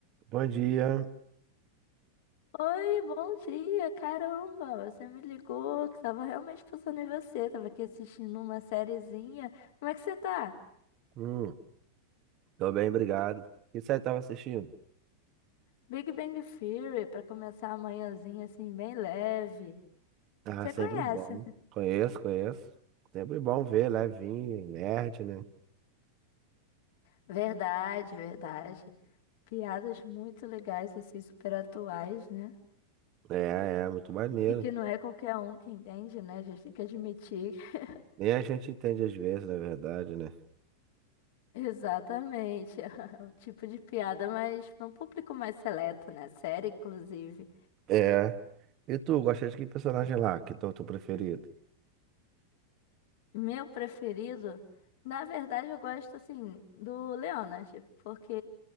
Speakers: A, on the right; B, on the left.
A: Bom dia.
B: Oi, bom dia, caramba, você me ligou, que tava realmente pensando em você, tava aqui assistindo uma sériezinha. Como é que você tá?
A: Hum, tô bem, obrigado. O que você tava assistindo?
B: Big Bang Theory, pra começar a manhãzinha assim, bem leve.
A: Ah,
B: Você
A: sempre
B: conhece,
A: bom.
B: né?
A: Conheço, conheço. Sempre bom ver, levinho, nerd, né?
B: Verdade, verdade. Piadas muito legais, assim, super atuais, né?
A: É, é, muito maneiro.
B: E que não é qualquer um que entende, né? A gente tem que admitir. <laughs>
A: Nem a gente entende às vezes, na verdade, né?
B: Exatamente, <laughs> o tipo de piada, mas para um público mais seleto, né? Série, inclusive.
A: É. E tu, gosta de que personagem lá? Que é o teu preferido?
B: Meu preferido, na verdade, eu gosto assim do Leonard, porque